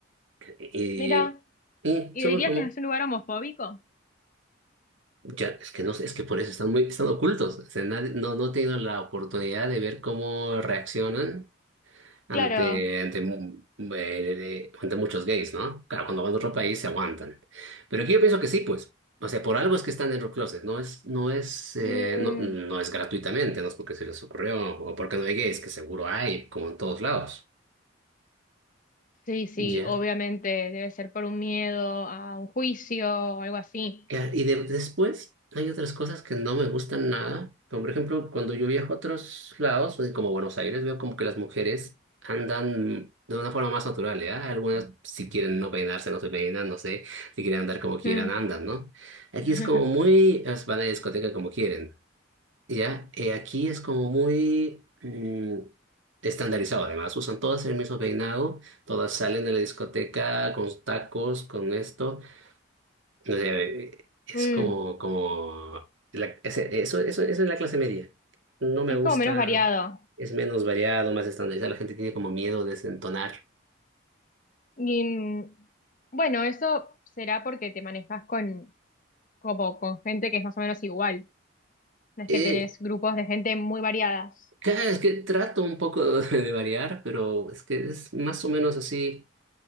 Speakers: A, on the right; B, on the left.
A: Y,
B: Mira,
A: y
B: ¿Y
A: son
B: dirías
A: muy famosas.
B: que es un lugar homofóbico?
A: Ya, es que no sé, es que por eso están muy, están ocultos. O sea, nadie- no, no he tenido la oportunidad de ver cómo reaccionan ante,
B: claro.
A: ante, mu- eh, ante muchos gays, ¿no? Claro, cuando van a otro país se aguantan. Pero aquí yo pienso que sí, pues. O sea, por algo es que están en los closets, no es, no es, eh,
B: Mm,
A: no, no es gratuitamente, no es porque se les ocurrió o porque no hay gays, que seguro hay, como en todos lados.
B: sí, sí,
A: Ya.
B: obviamente debe ser por un miedo a un juicio o algo así.
A: Eh, Y de- después hay otras cosas que no me gustan nada, como por ejemplo cuando yo viajo a otros lados, eh, como Buenos Aires, veo como que las mujeres andan de una forma más natural, ¿ya? Algunas si quieren no peinarse, no se peinan, no sé, si quieren andar como quieran,
B: Mm.
A: andan, ¿no? Aquí
B: <laughs>
A: es como muy, es, van a la discoteca como quieren, ¿ya? Eh, aquí es como muy mm, estandarizado, además, usan todas el mismo peinado, todas salen a la discoteca con tacos, con esto. No sé, es
B: Mm,
A: como, como la- ese- eso, eso, eso es la clase media. No me
B: Es
A: gusta,
B: como menos variado.
A: es menos variado, más estandarizado. La gente tiene como miedo de desentonar.
B: Y mm, bueno, eso será porque te manejas con, como, con gente que es más o menos igual. No es
A: Eh,
B: que tenés grupos de gente muy variadas.
A: claro, es que trato un poco <laughs> de variar, pero es que es más o menos así.